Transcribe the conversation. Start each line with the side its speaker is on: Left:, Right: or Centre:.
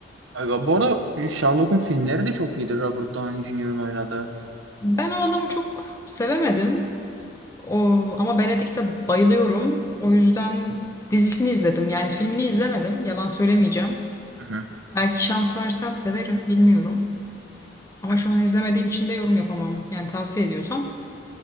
Right: Aga, bu arada Sherlock'un filmleri de çok iyidir Robert Downey Jr.'ın oynadığı.
Left: Ben o adamı çok sevemedim. O, ama Benedict'e bayılıyorum. O yüzden dizisini izledim. Yani filmini izlemedim. Yalan söylemeyeceğim.
Right: Hı hı.
Left: Belki şans versem severim, bilmiyorum. Ama şu an izlemediğim için de yorum yapamam. Yani tavsiye ediyorsam